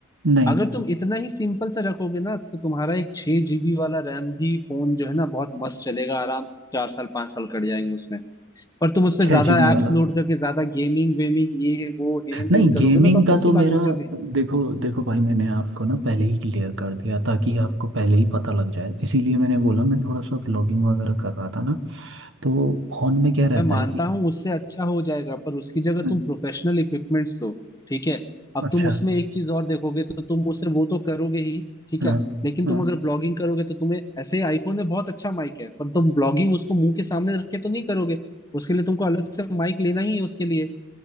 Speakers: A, on the right; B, on the left.
A: नहीं
B: अगर तुम इतना ही सिंपल सा रखोगे ना तो तुम्हारा एक छह जीबी वाला रैम भी फोन जो है ना बहुत मस्त चलेगा आराम से चार साल पांच साल कट जाएंगे उसमें पर तुम उसपे
A: छः
B: ज्यादा
A: जीबी वाला
B: एप्स लोड करके ज्यादा गेमिंग वेमिंग ये वो हेन
A: नहीं
B: तेन करोगे
A: गेमिंग
B: ना तो ऑब्वियस
A: का तो
B: सी
A: मेरा
B: बात है जब
A: देखो देखो भाई मैंने आपको ना पहले ही क्लियर कर दिया ताकि आपको पहले ही पता लग जाए इसीलिए मैंने बोला मैं थोड़ा सा व्लॉगिंग वगैरह कर रहा था ना तो फोन में क्या रहता
B: मैं मानता
A: है कि
B: हूँ उससे अच्छा हो जाएगा पर उसकी जगह
A: हम्म,
B: तुम प्रोफेशनल इक्विपमेंट्स लो ठीक है अब
A: अच्छा
B: तुम उसमें एक चीज और देखोगे तो तुम उसे वो तो करोगे ही ठीक
A: हाँ
B: है लेकिन
A: हाँ
B: तुम अगर ब्लॉगिंग करोगे तो तुम्हें ऐसे आईफोन में बहुत अच्छा माइक है पर तुम ब्लॉगिंग उसको मुंह के सामने रख के तो नहीं करोगे उसके लिए तुमको अलग से माइक लेना ही है उसके लिए